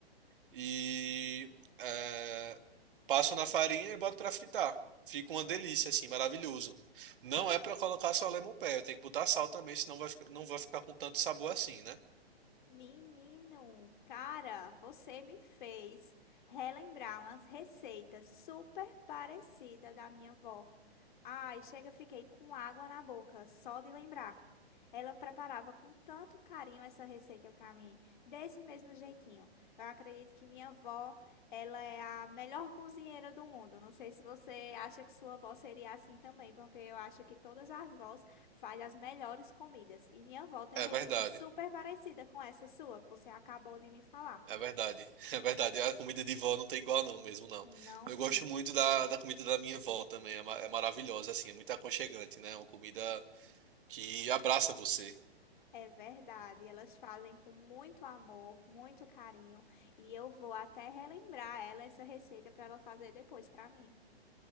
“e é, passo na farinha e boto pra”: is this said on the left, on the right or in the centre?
Right